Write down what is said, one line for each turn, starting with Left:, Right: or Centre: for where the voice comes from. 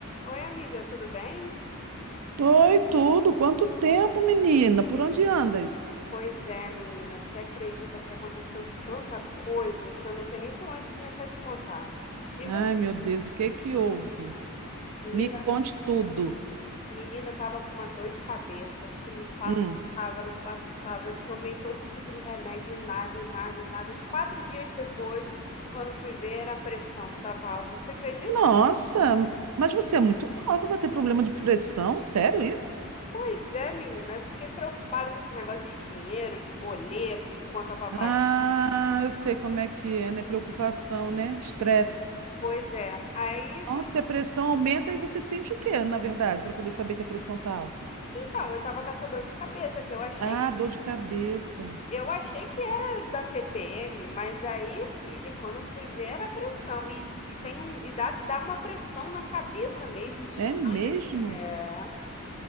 Left: Oi, amiga, tudo bem?
Right: Oi, tudo? Quanto tempo, menina? Por onde andas?
Left: Pois é, menina, você acredita que aconteceu tanta coisa que eu não sei nem por onde começar a te contar. E
Right: Ai,
Left: você,
Right: meu Deus, o que é que houve?
Left: menina,
Right: Me conte tudo.
Left: menina tava com uma dor de cabeça que não passava,
Right: Hum.
Left: não passava. Tomei todo tipo de remédio e nada, e nada, e nada. Os quatro dias depois, quando fui ver, era a pressão que tava alta. Você acredita?
Right: Nossa, mas você é muito nova para ter problema de pressão? Sério isso?
Left: Pois é, menina, eu fiquei preocupada com esse negócio de dinheiro, de boleto, de conta pra pagar.
Right: Ah, eu sei como é que é, né? Preocupação, né? Estresse.
Left: Pois é. Aí,
Right: Nossa,
Left: quando
Right: e a pressão aumenta e você sente o quê, na verdade, para poder saber que a pressão tá alta?
Left: Então, eu tava caçador de cabeça, que eu achei,
Right: Ah, dor de cabeça.
Left: eu achei que era da TPM, mas aí, filha, quando eu fui ver era pressão. E, e tem um, e dá, dá uma pressão na cabeça mesmo, estranha,
Right: É mesmo?
Left: assim. É,